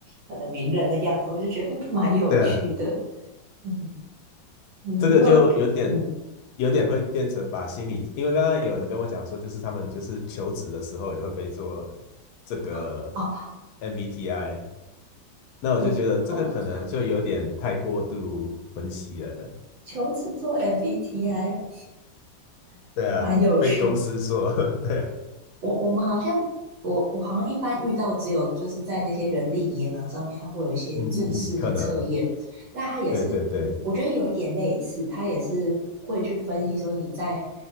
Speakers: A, on the right; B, on the left.
A: 可能名人的样子。我就觉得嗯，蛮有趣的。
B: 对啊，
A: 嗯嗯，
B: 这个就有点
A: 我嗯
B: 有点会变成把心理，因为刚刚有人跟我讲说，就是他们就是求职的时候也会被做这个
A: 啊啊，
B: MBTI，那我就觉得这个可能就有点太过度分析了。
A: 我哦，求职做 MBTI <laughs>
B: 对啊，
A: 蛮有趣的
B: 被公司说，<laughs> 对，
A: 我我们好像，我我好像一般遇到只有就是在那些人力银行上面，它会有一些制式的测验，
B: 嗯嗯嗯，可能，
A: 但它也是
B: 对对对，
A: 我觉得有一点类似，它也是会去分析说你在